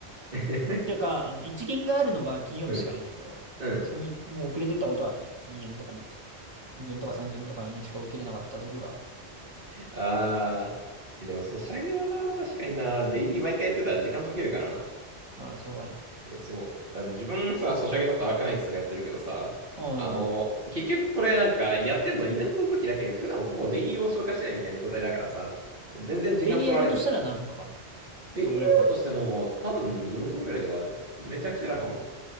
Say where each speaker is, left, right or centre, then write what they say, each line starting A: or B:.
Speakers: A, on the right (about 50°); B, on the right (about 25°).
A: <laughs>
B: ていうか、あの、一限があるのが金曜日しかないんだけど、
A: うん、うん。
B: その、もう遅れてったことはあるね。二限とかに。二限とか三限とかにしか起きれなかった時はある。
A: あー。えでも、ソシャゲはな、確かにな、デイリー毎回やってたら時間解けるからな。
B: まあ、しょうがない。
A: え、そう。あ自分さ、ソシャゲだとアークナイツとかやってるけどさ、
B: うん。
A: あの、結局これなんかやってんのイベントの時だけで普段ほぼデイリーを消化してないみたいな状態だからさ、全然時間取られなくて。
B: デイリーやろうとしたら何分かかんの
A: デイリーやろうとしても多分15分ぐらいで終わる。
B: どんぐらいかかる
A: めちゃくちゃ楽。
B: ああ。